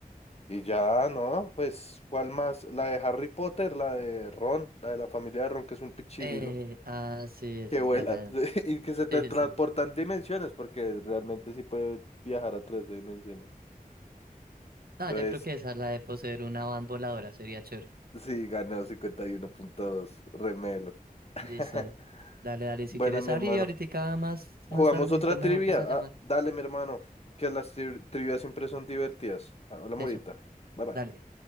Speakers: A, on the left; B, on the right.
A: y ya, ¿no? Pues, ¿cuál más? La de Harry Potter, la de Ron, la de la familia de Ron, que es un pichirilo
B: Eh, ah, sí, eso
A: que vuela
B: es viajar.
A: <laughs>
B: <laughs>
A: y que se te
B: Sí,
A: transportan
B: sí.
A: dimensiones, porque realmente sí puede viajar a tres dimensiones.
B: No,
A: Entonces,
B: yo creo que esa es la de poseer una van voladora, sería chévere.
A: sí, ganó 51.2, remelo. <laughs>
B: Listo. Dale, dale, si
A: Buena,
B: quieres
A: mi
B: salir,
A: hermano.
B: ahorita más,
A: Jugamos
B: más tardecito
A: otra
B: me
A: trivia.
B: vuelves a llamar.
A: Ah, dale, mi hermano, que las tri- trivias siempre son divertidas. Habla morita.
B: Eso,
A: Bye bye.
B: dale.